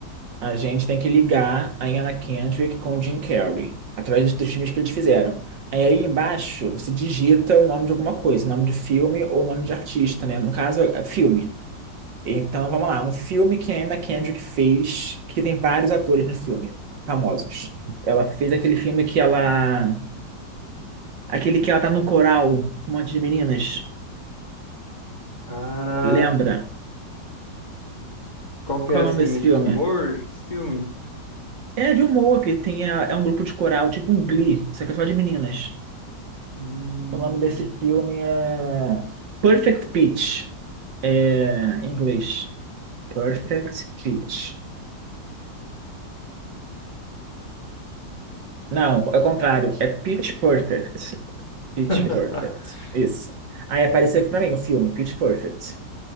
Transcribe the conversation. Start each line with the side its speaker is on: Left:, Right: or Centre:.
Right: A gente tem que ligar a Anna Kendrick com o Jim Carrey, através dos dos filmes que eles fizeram. Aí, aí embaixo, você digita o nome de alguma coisa, nome de filme ou nome de artista, né? No caso, é filme. Então, vamos lá. Um filme que a Anna Kendrick fez, que tem vários atores no filme, famosos. Ela fez aquele filme que ela Aquele que ela tá no coral com um monte de meninas.
Left: Cara,
Right: Lembra?
Left: qual que
Right: Qual
Left: é assim,
Right: é o nome desse
Left: tipo,
Right: filme?
Left: humor desse filme?
Right: É de humor, que tem a- é um grupo de coral, tipo um Glee, só que é só de meninas.
Left: Hum...
Right: O nome desse filme é Perfect Pitch. É, em inglês. Perfect Pitch. Não, é o contrário. É Pitch Perfect. Pitch
Left: <laughs>
Right: Perfect. Isso. Aí apareceu aqui pra mim o filme, Pitch Perfect.